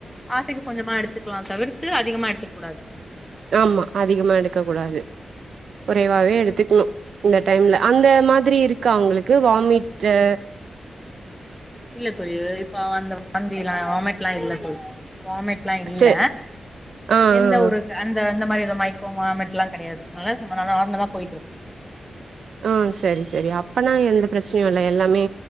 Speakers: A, in the centre; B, on the right (about 75°).
A: ஆசைக்கு கொஞ்சமா எடுத்துக்கலாம் தவிர்த்து அதிகமா எடுத்துக்க கூடாது
B: ஆமா அதிகமா எடுக்க கூடாது கொறைவாவே எடுத்துக்குன்னு இந்த டைம்ல அந்த மாதிரி இருக்கா அவுங்களுக்கு வாமிட்டு
A: இல்ல தோழி இது இப்ப அந்த வாந்தியெல்லா வாமிட்ல்லா இல்ல வாமிட் ஸ்ல்லா இல்ல
B: சே ஆ
A: எந்த
B: ஆ
A: ஒரு
B: ஆ
A: அந்த அந்த மாரி ஒரு மையக்கோ வாமிட்டெல்லா கெடையாது ஓரளவு சுமாரா நார்மலாதா போயிட்டுருக்கு
B: ஆ செரி செரி அப்பனா எந்த பிரச்சனையு இல்ல எல்லாமே